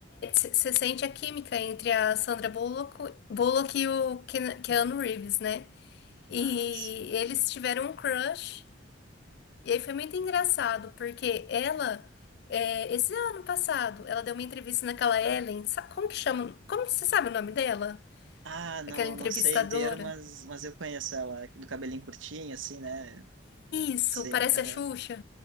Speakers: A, on the left; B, on the right.
A: você sente a química entre a Sandra Bullock, Bullock e o Ken- Keanu
B: Uhum.
A: Reeves, né? E
B: Ah, s-
A: eles tiveram um crush. E aí foi muito engraçado, porque ela, é, esse ano passado, ela deu uma entrevista naquela Ellen, sa- como que chama? Como você sabe o nome dela?
B: ah, não,
A: Aquela entrevistadora?
B: não sei inteiro, mas, mas eu conheço ela, é do cabelinho curtinho, assim, né? É,
A: Isso,
B: Sim,
A: parece
B: aham.
A: a Xuxa.